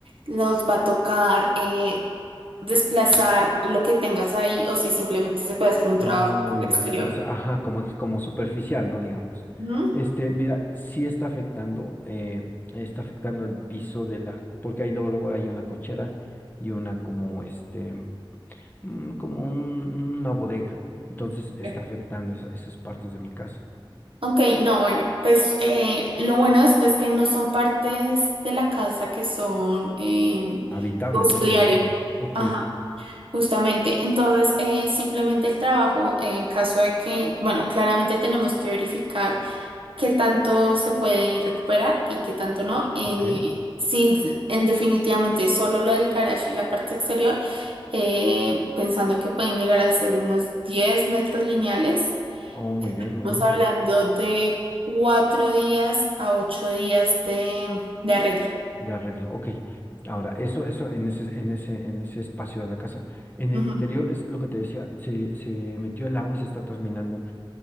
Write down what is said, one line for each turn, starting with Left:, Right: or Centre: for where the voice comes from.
Right: nos va a tocar eh, desplazar
Left: ok.
Right: lo que tengas ahí o si simplemente se puede hacer un
Left: Ah,
Right: trabajo
Left: muy
Right: exterior.
Left: bien. O sea, ajá, como, ex- como superficial, ¿no? Digamos.
Right: Ujú,
Left: Este, mira, sí está afectando, eh, está afectando el piso de la, porque ahí luego, luego hay una cochera y una como este, mm, como un- una bodega. Entonces
Right: ujú.
Left: está afectando esa- esas partes de mi casa.
Right: Ok, no, bueno, pues eh, lo bueno de esto es que no son partes de la casa que son em,
Left: Habitables,
Right: de uso
Left: ¿no? Me
Right: diario.
Left: imagino. Ok,
Right: Ajá, justamente. Entonces, eh, simplemente el trabajo, en caso de que, bueno, claramente tenemos que verificar qué tanto se puede recuperar y qué tanto no. Eh,
Left: ok.
Right: sí, en definitivamente solo lo del garage y la parte exterior, eh, pensando que pueden llegar a ser unos 10 metros lineales.
Left: Oh, muy
Right: Estamos
Left: bien, muy bien.
Right: hablando de cuatro días a ocho días de, de arreglo.
Left: De arreglo. Ok. Ahora, eso, eso en ese, en ese, en ese espacio de la casa. En el
Right: Ujú,
Left: interior es lo que te decía, se, se metió el agua y se está terminando.